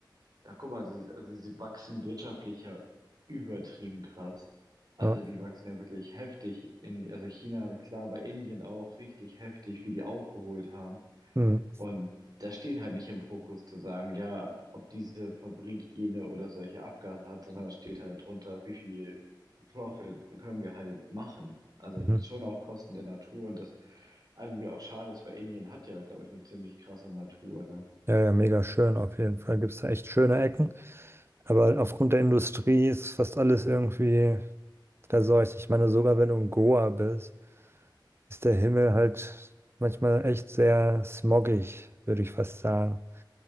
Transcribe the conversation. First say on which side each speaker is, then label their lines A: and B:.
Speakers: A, on the right; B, on the right.
A: ja, guck mal, sie, ist- also sie wachsen wirtschaftlich ja übertrieben krass. Also
B: Ja,
A: die wachsen ja wirklich heftig in, also China, klar, aber Indien auch richtig heftig, wie die aufgeholt haben.
B: hm,
A: Und da steht halt nicht im Fokus zu sagen, ja, ob diese Fabrik jene oder solche Abgase hat, sondern da steht halt drunter, wie viel Profit können wir halt machen. Also
B: mhm.
A: schon auf Kosten der Natur und das irgendwie auch schade ist, weil Indien hat ja, glaube ich, eine ziemlich krasse Natur, ne?
B: ja, ja, mega schön. Auf jeden Fall gibt es da echt schöne Ecken. Aber aufgrund der Industrie ist fast alles irgendwie. versorgt. Ich ich meine, sogar wenn du in Goa bist, ist der Himmel halt manchmal echt sehr smoggig, würde ich fast sagen.